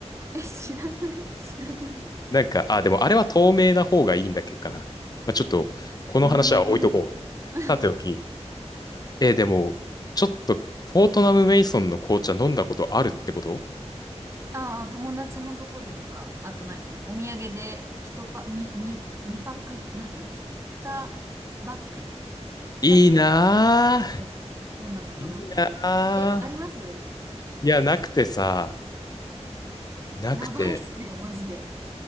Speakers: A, on the right; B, on the left.
A: え、知らない、知らない。
B: なんか、あ、でもあれは透明な方がいいんだっけかな。まあ、ちょっと、この話は置いとこう。
A: うーん。<laughs>
B: さておき。えー、でも、ちょっと、フォートナム・メイソンの紅茶飲んだことあるってこと
A: ああ、友達のとこでとか、あと何お土産で一パ、にに2パック、なんていうの ?2 バッグ ?2
B: いいな
A: つうん飲んだことがあって。
B: ぁ。いいな
A: え、ありますうん
B: ぁ。いや、なくてさ、なくて。
A: やばいっすよ、マジで。